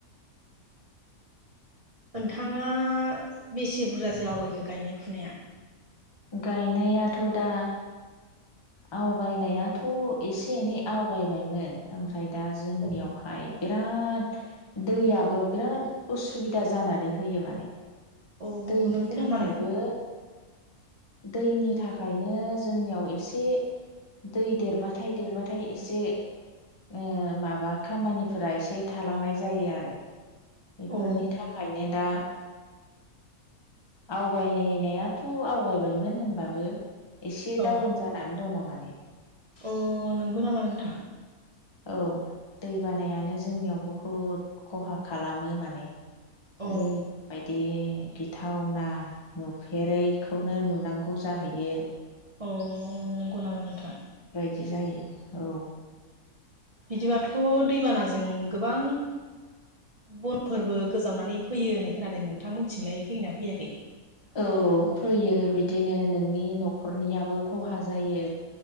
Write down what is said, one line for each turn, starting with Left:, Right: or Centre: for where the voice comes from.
Right: ओनथाङा बेसे बुरजासो आवगायखो गायनाय फुनाया?
Left: गायनायाथ' दा। आवगायनायाथ' एसे एनै आवगायबायमोन ओमफ्राय। दा जोंनियावहाय
Right: औ
Left: बिरा द दैयाबो बिराद उसुबिदा जानानै होयो माने।
Right: औ
Left: दैनि
Right: नंगौ
Left: थाखायबो
Right: नामा नों
Left: दैनि थाखायनो जोंनियाव एसे दै देरबाथाय देरबाथाय एसे ओ माबा खामानिफोरा एसे थालांनाय जायो आरो। बेफोरनि
Right: औ
Left: थाखायनो दा आवगायनायाथ' आवगायबायमोन होनबाबो एसे
Right: औ
Left: डाउन जानानै दङ' माने।
Right: अ नोंगौ नामा नोंथां
Left: औ दै बानायानो जोंनियाव बहुद ख'हा खालामो माने।
Right: अ
Left: ओरैबायदि गिथावना नुफेरैखौनो नुनांगौ जाहैयो।
Right: अ नोंगौ नामा नोंथां।
Left: बिदि जायो औ।
Right: बिदिबाथ' दैबानाजों गोबां। बन' फोरबो गोजावनानै फैयो होननाय खोनादों नोंथांमोनथिंलाय फैगोनना फैयाखै?
Left: औ फैयो बिदिनो नोंनि न'खरनियाबो खहा जायो।